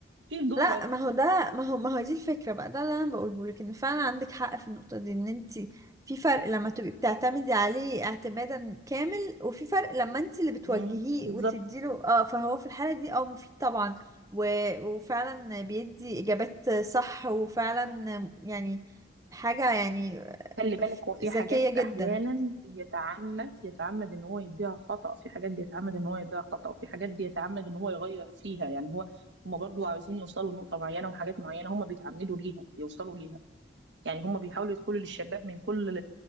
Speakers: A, on the right (about 75°); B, on the right (about 20°).
A: فين دورك
B: لا ما هو ده ما هو ما هو دي الفكرة بقى ده اللي انا بقوله لك ان فعلا عندك حق في النقطة دي ان انتي في فرق لما تبقي بتعتمدي عليه اعتمادا كامل وفي فرق لما انتي اللي بتوجهيه
A: مم. بالظبط
B: وتديله اه فهو في الحالة دي اه مفيد طبعا و... وفعلا بيدي اجابات صح وفعلا يعني حاجة يعني
A: خلي بالك هو في
B: ذكية
A: حاجات
B: جدا
A: احيانا بيتعمد يتعمد ان هو يديها خطأ في حاجات بيتعمد ان هو يديها خطأ وفي حاجات بيتعمد ان هو يغير فيها يعني هو هما برضو عاوزين يوصلوا لنقطة معينة وحاجات معينة هما بيتعمدوا ليها يوصلوا ليها يعني هما بيحاولوا يدخلوا للشباب من كل